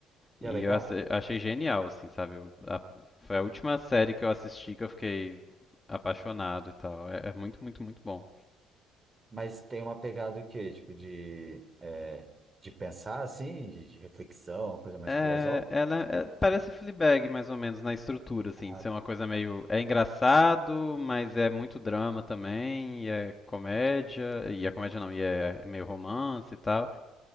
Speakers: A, on the right; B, on the left.
A: E
B: E
A: é legal,
B: eu ace- achei genial, assim, sabe? Eu- a- foi a última série que eu assisti que eu fiquei apaixonado e tal. É, é muito, muito, muito bom.
A: mas tem uma pegada o quê? Tipo de. é, de pensar, assim, de, de reflexão, uma coisa mais
B: É,
A: filosófica.
B: ela é, parece Fleabag mais ou menos na estrutura, assim,
A: Ah,
B: de ser
A: tá.
B: uma coisa meio é engraçado, mas é muito drama também, e é comédia, e é comédia não, e é meio romance e tal,